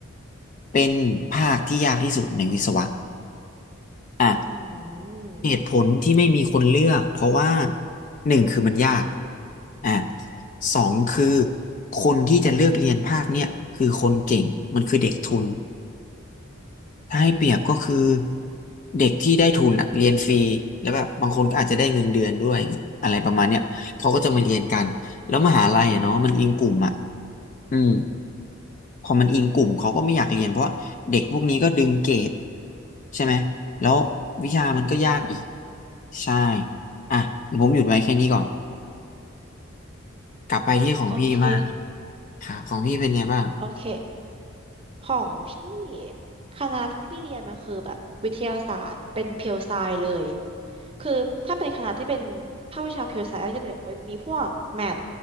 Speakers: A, on the left (about 40°); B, on the right (about 25°).
A: เป็นภาคที่ยากที่สุดในวิศวะ อ่ะ
B: อืม
A: เหตุผลที่ไม่มีคนเลือกเพราะว่าหนึ่งคือมันยากอ่ะสองคือคนที่จะเลือกเรียนภาคเนี่ยคือคนเก่งมันคือเด็กทุนถ้าให้เปรียบก็คือเด็กที่ได้ทุนอ่ะเรียนฟรีแล้วแบบบางคนก็อาจจะได้เงินเดือนด้วยอะไรประมาณเนี้ยเขาก็จะมาเรียนกันแล้วมหาลัยอะเนาะมันอิงกลุ่มอ่ะอืม พอมันอิงกลุ่มเขาก็ไม่อยากเรียนเพราะว่าเด็กพวกนี้ก็ดึงเกรดใช่ไหมแล้ววิชามันก็ยากอีก
B: อืม
A: ใช่อ่ะผมหยุดไว้แค่นี้ก่อนกลับไปที่ของพี่บ้าง
B: โอเค
A: ครับของพี่เป็นไงบ้าง
B: โอเค ของพี่ คณะที่พี่เรียนมันคือแบบวิทยาศาสตร์ เป็นเพียวไซเลย คือถ้าเป็นคณะที่เป็นภาควิชา pure science ก็จะแบบมีพวกแมท